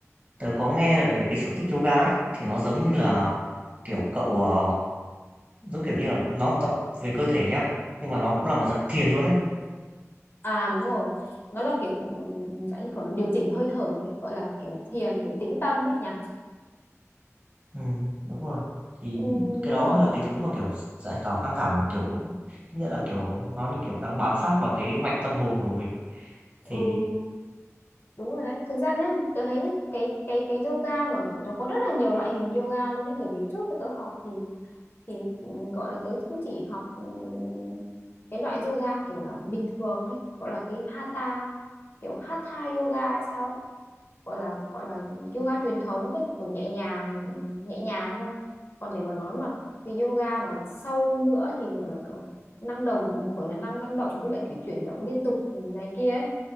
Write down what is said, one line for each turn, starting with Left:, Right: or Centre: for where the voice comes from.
Right: tớ có nghe về cái sở thích yoga ấy, thì nó giống như là, kiểu, cậu, ờ, giống kiểu như là, nó tập về cơ thể nhá, nhưng mà nó cũng là một dạng thiền luôn ấy.
Left: à đúng rồi nó là kiểu ừm, dạng như kiểu nó điều chỉnh hơi thở ấy gọi là kiểu thiền để tĩnh tâm ấy nhỉ
Right: Ừm, đúng rồi. Thì
Left: Ừm,
Right: cái
Left: đúng
Right: đó
Left: rồi
Right: mới là cái thứ mà, kiểu, giải tỏa căng thẳng, kiểu, tức nghĩa là, kiểu, nó như kiểu đang bám sát vào cái mạch tâm hồn của mình, thì
Left: ừ đúng rồi đấy thực ra nhá tớ thấy nhá cái cái cái yoga mà nó có rất là nhiều loại hình yoga luôn ấy bởi vì trước khi tớ học thì thì ừm, gọi là tớ cũng chỉ học ừm, cái loại yoga kiểu là bình thường thôi gọi là cái hatha kiểu hatha yoga hay sao ấy gọi là gọi là yoga truyền thống thôi kiểu nhẹ nhàng nhẹ nhàng thôi còn để mà nói mà cái yoga mà sâu nữa thì gọi là kiểu năng động gọi là năng năng động với lại kiểu chuyển động liên tục này kia ấy